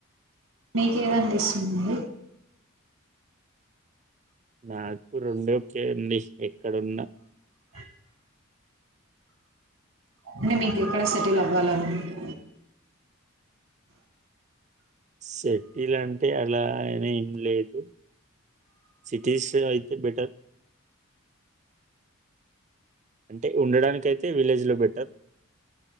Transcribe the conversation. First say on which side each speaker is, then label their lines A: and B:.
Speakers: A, on the right; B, on the right.
A: నీకేదనిపిస్తుంది
B: నాకు రెండు ఓకే అండి ఎక్కడున్న
A: అ అంటే మీకు ఎక్కడ సెటిల్ అవ్వాలని ఉంది
B: సెటీల్ అంటే అలా అని ఏం లేదు సిటీస్ అయితే బెటర్ అంటే ఉండడానికి అయితే విలేజ్ లో పెట్టు సార్